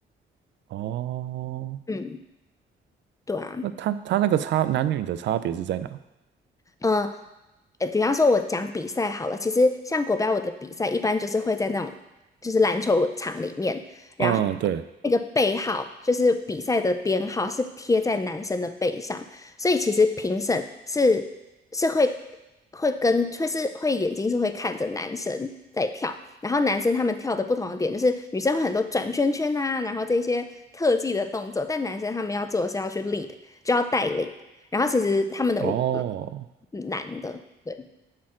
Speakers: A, on the right; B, on the left.
A: 哦？
B: 嗯，对啊。
A: 那他他那个差男女的差别是在哪？
B: 嗯，呃比方说我讲比赛好了，其实像国标舞的比赛，一般就是会在那种就是篮球场里面，然后
A: 嗯，对，
B: 那个背号就是比赛的编号是贴在男生的背上，所以其实评审是是会会跟会是会眼睛是会看着男生在跳，然后男生他们跳的不同的点就是女生会很多转圈圈啊，然后这些特技的动作，但男生他们要做的是要去 lead，就要带领，然后其实他们的舞。
A: 哦
B: 难的。对，